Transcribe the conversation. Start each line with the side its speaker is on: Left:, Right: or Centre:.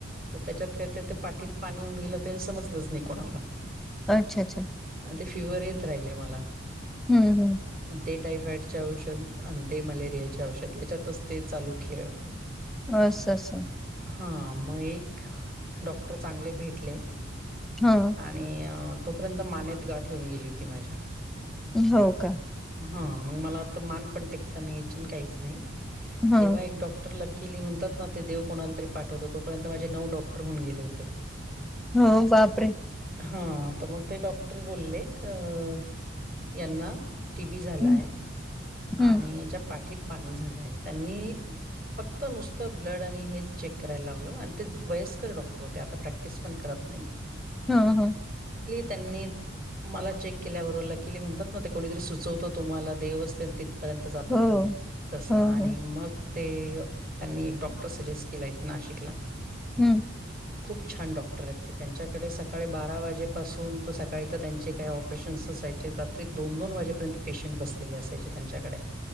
Right: तर त्याच्यात काय तर ते पाठीत पाणी होऊन गेलं ते समजलंच नाही कोणाला.
Centre: अच्छा अच्छा
Right: आणि ते फिवर येत राहिले मला.
Centre: हम्म हम्म
Right: मग दे टायफाईडचे औषध आणि दे मलेरियाचे औषध याच्यातच ते चालू खेळ.
Centre: अस्स. अस्स.
Right: हां. मग एक डॉक्टर चांगले भेटले.
Centre: हां.
Right: आणि तोपर्यंत मानेत गाठ होवून गेली होती माझ्या.
Centre: हो का
Right: हं. मग मला आता मान पण टेकता नाही यायची अन काहीच नाही.
Centre: हा
Right: तेव्हा एक डॉक- -टर लक्कीली म्हणतात ना? ते देव कोणाला तरी पाठवतो. तोर्यंत माझे नऊ डॉक्टर होऊन गेले होते.
Centre: हो. बापरे!
Right: हं. तर मग ते डॉक्टर बोलले का - यांना टी बी झालाय.
Centre: हम्म
Right: आणि
Centre: हम्म
Right: यांच्या पाठीत- पाणी झालंय. त्यांनी- फक्त नुसतं ब्लड आणि हेच चेक करायला लावलं. आणि ते वयस्कर डॉक्टर होते. आता प्रॅक्टिस पण करत नाही.
Centre: हा हा.
Right: त्यांनी मला चेक केल्याब - म्हणतात ना? कोणीतरी सुचवतो तुम्हाला, देव च- तिथपर्यंत जातात
Centre: हो
Right: तुम्ही तस
Centre: हो
Right: आणि
Centre: हो
Right: मग- ते त्यांनी एक डॉक्टर सजेस्ट केला इथे नाशिकला.
Centre: हम्म.
Right: खूप छान डॉक्टर आहेत ते. त्यांच्याकडे सकाळी बारा वाजेपासून तर सकाळी तर त्यांचे काही ऑपरेशन्स असा - -यचे. रात्री दोन दोन वाजेपर्यंत पेशंट बसलेले असायचे त्यांच्याकडे.